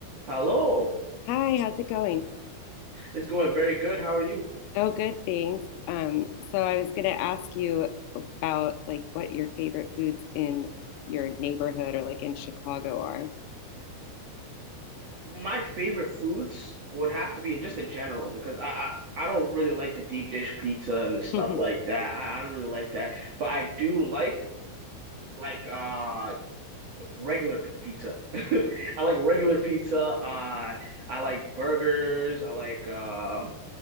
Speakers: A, on the right (about 70°); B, on the left (about 85°).
A: Hello,
B: Hi, how's it going?
A: it's going very good. How are you?
B: Oh, good, thanks. Um, so I was gonna ask you about like what your favorite foods in your neighborhood or like in Chicago are.
A: My favorite foods would have to be just in general because I, I I don't really like the deep dish pizza and the stuff
B: <laughs>
A: like that. I, I don't really like that, but I do like like uh regular pizza. <laughs> I like regular pizza. Uh, I like burgers. I like uh,